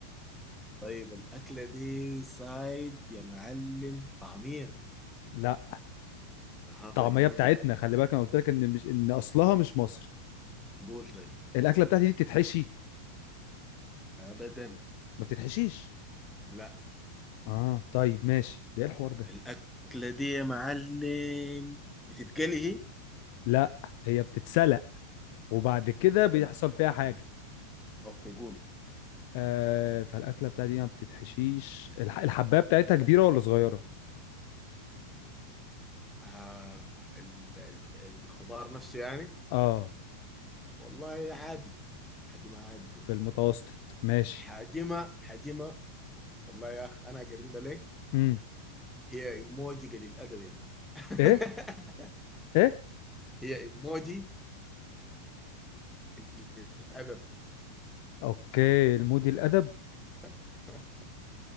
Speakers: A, in the centre; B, on the left (about 45°).
A: طيب الأكلة دي سايد يا معلم طعمية
B: لا
A: ها
B: الطعميه
A: طيب قول
B: بتاعتنا خلي بالك انا قلت لك ان مش ان اصلها مش مصري
A: قول طيب
B: الاكله بتاعتي دي بتتحشي
A: ابدا
B: ما بتتحشيش
A: لا
B: اه طيب ماشي ده ايه الحوار ده
A: الاكله دي يا معلم بتتقلي هي
B: لا هي بتتسلق وبعد كده بيحصل
A: لا لا
B: فيها حاجة
A: اوكي قول
B: آه فالأكلة بتاعتي دي ما بتتحشيش الح... الحباية بتاعتها كبيرة ولا صغيرة؟
A: آه ال ال الخضار نفسه يعني
B: اه
A: والله عادي حجمها عادي كده
B: في المتوسط ماشي
A: حجمها حجمها والله يا اخ انا اقربها لك
B: امم
A: هي ايموجي قليل الادب يعني <laughs>
B: ايه ايه
A: هي ايموجي قليل الادب
B: اوكي المودي الأدب
A: <laughs>